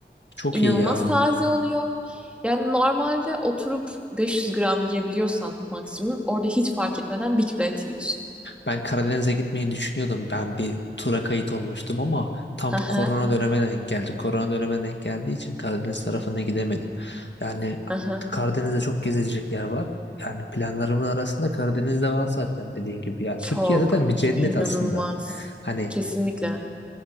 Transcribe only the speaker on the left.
Çok
iyi ya.
Ben Karadeniz'e gitmeyi düşünüyordum. Ben bir tura kayıt olmuştum ama tam
korona döneme denk geldi. Korona döneme denk geldiği için Karadeniz tarafına gidemedim. Yani
Karadeniz'de çok gezilecek yer var. Yani planlarımın arasında Karadeniz de var zaten dediğin gibi. Yani
Türkiye zaten bir cennet
aslında. Hani